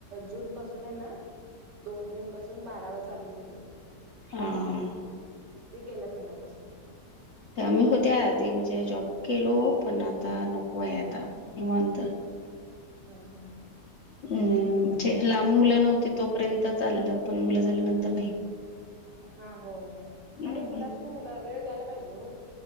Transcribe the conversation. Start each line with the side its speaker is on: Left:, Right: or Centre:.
Right: जूनपसून दोन जून पासून बारावा चालू झालं
Left: हां,
Right: ते गेल्या महिन्यापासून.
Left: आम्ही होत्या आधी म्हणजे जॉब केलो पण आता नको यात.. आता निवांत.
Right: हा हा.
Left: हम्म जे लांब मुलं नव्हती तोपर्यंत चाललं पण मुलं झाल्या नंतर नाही
Right: हा होय
Left: हं,
Right: आणि मुलाच नाही मुला वेळ द्यायला पाहिजे हो